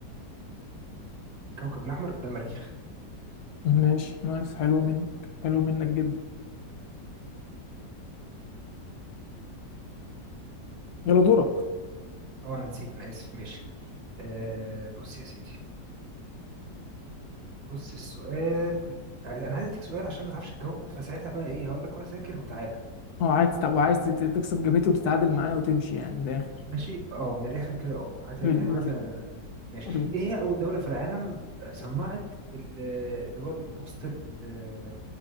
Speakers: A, on the right; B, on the left.
A: كوكب الاحمر ده المريخ
B: ماشي نايس حلو منك حلو منك جدا يلا دورك
A: اه انا نسيت انا اسف ماشي آه بص يا سيدي بص السؤال انا عايز اديك سؤال عشان ما تعرفش تجاوبه فساعتها بقى ايه هقول لك روح ذاكر وتعالى
B: اه عايز تع- وعايز تت- تكسب جبهتي وتتعادل معايا وتمشي يعني من الاخر
A: ماشي اه من الاخر كده اه عايز
B: حلو
A: فاهم عايز
B: وريني
A: أ- ماشي
B: وريني
A: ايه هي اول دوله في العالم صنعت ال- اللي هو البوست ال-